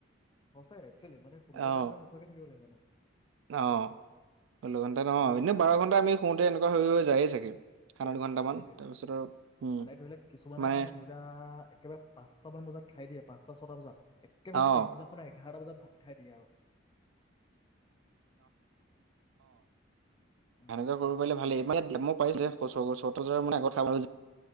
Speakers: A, on the left; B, on the right.
A: সচাই একচুৱেলি মানে ষোল্ল
B: অ',
A: ঘণ্টা মান নোখোৱাকে থাকিব লাগে মানুহে।
B: অ', ষোল্ল ঘণ্টা ন।
A: অ
B: এ বাৰ ঘণ্টা আমি শোওঁতে এনেকুৱা হৈ, হৈ যায়েই চাগে। দুঘণ্টামান
A: সেইটোৱে
B: তাৰপিছত আৰু উম,
A: মানে ধৰি লোৱা কিছুমানে
B: মানে
A: ধৰি লোৱা একেবাৰে পাঁচটামান বজাত খাই দিয়ে। পাঁচটা ছটা বজাত। একেবাৰে
B: অ',
A: পিছদিনাখনে এঘাৰটা বজাত ভাত খাই দিয়ে আৰু। অ
B: সেনেকোৱা কৰিব পাৰিলে ভালেই। মানে দামো পাই যে মানে কথা